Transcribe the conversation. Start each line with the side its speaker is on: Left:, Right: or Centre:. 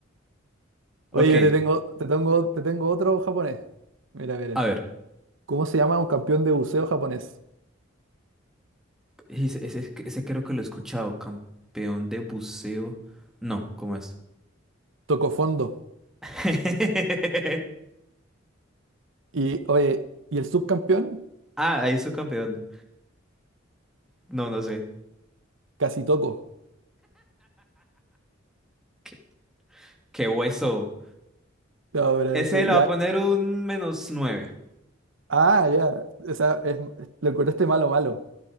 Centre: ok,
Right: Oye, yo te tengo, te tengo, te tengo otro japonés. Mira, mira.
Centre: a ver.
Right: ¿Cómo se llama un campeón de buceo japonés?
Centre: Ese, ese- ese creo que lo he escuchado. Campeón de buceo. No, ¿cómo es?
Right: Tocó fondo.
Centre: <laughs>
Right: Y, oye, ¿y el subcampeón?
Centre: Ah, ahí soy campeón. No, no sé.
Right: Casi toco.
Centre: ¿Qué, qué hueso?
Right: No, pero
Centre: Ese
Right: ese,
Centre: le
Right: ya.
Centre: va a poner un menos nueve,
Right: Ah, ya. O sea, es- lo encontraste malo, malo.